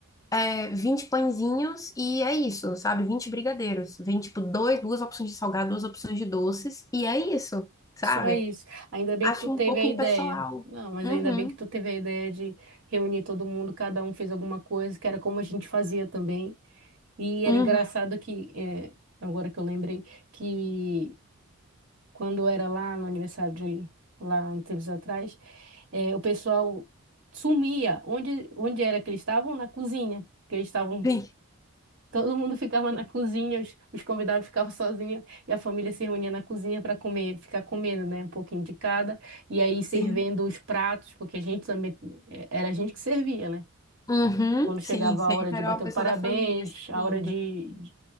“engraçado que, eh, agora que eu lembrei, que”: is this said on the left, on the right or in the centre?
Right